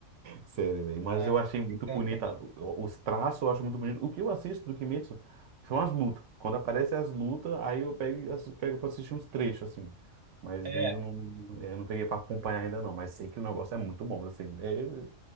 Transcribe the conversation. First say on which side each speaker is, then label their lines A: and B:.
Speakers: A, on the right (about 65°); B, on the right (about 80°).
A: Sério, velho. Mas
B: Tá
A: eu achei muito
B: brincando
A: bonita.
B: com-
A: o- Os traços eu acho muito bonito. O que eu assisto do Kimetsu são as lutas. Quando aparecem as lutas, aí eu pego, e assi- pego pra assistir uns trechos, assim. Mas
B: É.
A: ainda não, é, eu não peguei pra acompanhar ainda não. Mas sei que o negócio é muito bom. Eu sei. É, eu,